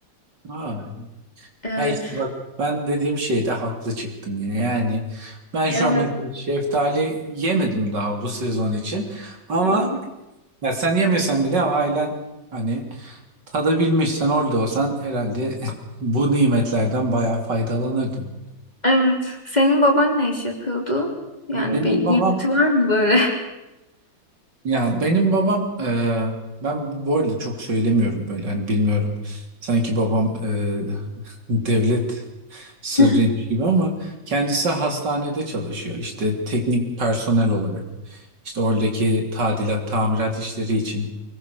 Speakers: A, on the right (about 60°); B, on the left (about 20°).
A: Ha.
B: Evet.
A: Ya işte bak ben dediğim şeyde haklı çıktım yine. Yani ben şu
B: Evet.
A: an mesela şeftali yemedim daha bu sezon için. Ama
B: Hı hı.
A: ya sen yemesen bile ailen hani Tadabilmiş sen orada olsan herhalde <laughs> bu nimetlerden bayağı faydalanırdın.
B: Evet. Senin baban ne iş yapıyordu? Yani
A: E, Benim
B: bir nimeti
A: babam
B: var mı böyle?
A: ya benim babam eee, ben bu bu arada çok söylemiyorum böyle hani bilmiyorum. Sanki babam eee, <laughs> devlet sırrıymış
B: <laughs>
A: gibi ama kendisi hastanede çalışıyor işte teknik personel olarak. İşte oradaki tadilat, tamirat işleri için